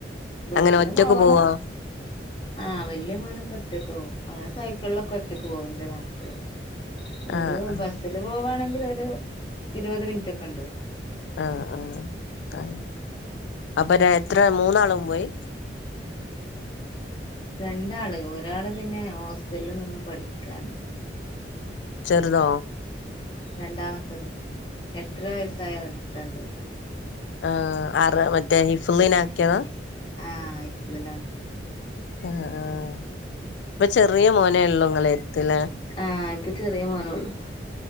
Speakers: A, on the left (about 25°); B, on the left (about 75°).
A: ബസിന്
B: അങ്ങനെ ഒറ്റക്ക്
A: പോവണം
B: പോവാ
A: ആഹ് വല്യ മോനക്കെ ഒറ്റക്ക് പോവും അവൻ സൈക്കിളിലൊക്കെ ഒറ്റക്ക് പോവും എന്റെ നാട്ട്ക്ക് ഒരു
B: ആഹ് ആഹ്
A: ബസില് പോവാവാണെങ്കില് ഒരു ഇരുപത് മിനിറ്റ് ഒക്കെ ഉണ്ട്
B: ആഹ് ആഹ് ആ അപ്പൊ എത്ര മൂന്നാളും പോയി
A: രണ്ടാള് ഒരാള് പിന്നെ ഹോസ്റ്റലിൽ നിന്ന് പഠിക്കാണ്
B: ചെറുതോ
A: രണ്ടാമത്തത് എട്ടര വയസായ ഒരുത്തണ്ട്
B: ആ ആറ് മറ്റേ ഹിഫ്ളിന് ആക്കിയതാ
A: ആഹ് ഹിഫ്ളിലാണ്
B: ആ ആ ഇപ്പൊ ചെറിയ മോനേ ഒള്ളു നിങ്ങളെരുത്ത്‌ലെ
A: ആഹ് ഇപ്പൊ ചെറിയ മോന് ഒള്ളൂ